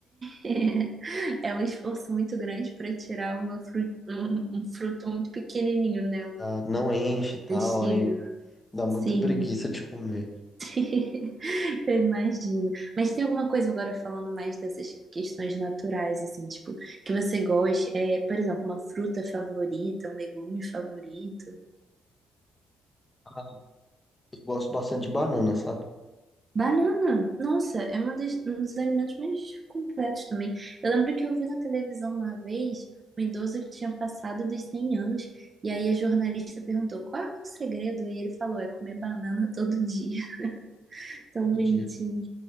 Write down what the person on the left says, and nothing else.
Dá- Não enche e tal,
aí dá muita
preguiça de comer.
Ah, eu gosto bastante de banana, sabe?
Todo
dia.